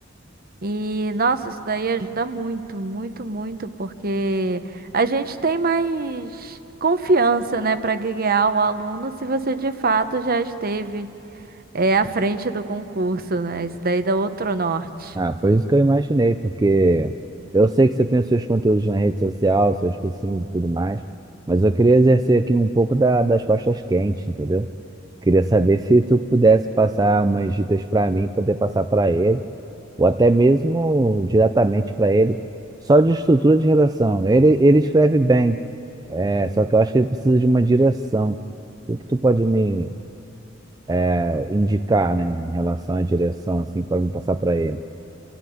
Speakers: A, on the right; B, on the right.
A: E, nossa, isso daí ajuda muito, muito, muito, porque a gente tem mais confiança, né, para guiar o aluno se você de fato já esteve, é, à frente do concurso, né? Isso daí dá outro norte.
B: Ah, foi isso que eu imaginei, porque eu sei que você tem os seus conteúdos na rede social, seus cursinhos e tudo mais, mas eu queria exercer aqui um pouco da- das costas quentes, entendeu? Queria saber se tu pudesse passar umas dicas para mim, poder passar para ele, ou até mesmo diretamente para ele, só de estrutura de redação. Ele, ele escreve bem, é, só que eu acho que ele precisa de uma direção. O que que tu pode me eh, indicar, né, em relação à direção, assim, para me passar para ele?